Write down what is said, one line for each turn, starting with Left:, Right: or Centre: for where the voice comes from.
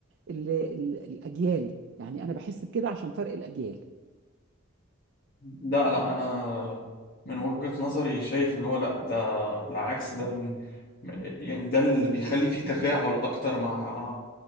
Right: ال... ال... الاجيال يعني انا بحس بكده عشان فرق الاجيال
Left: لا لا انا من وجهة نظري شايف اللي هو لا ده بالعكس ده من يعني ده اللي بيخلي فيه تفاعل اكتر مع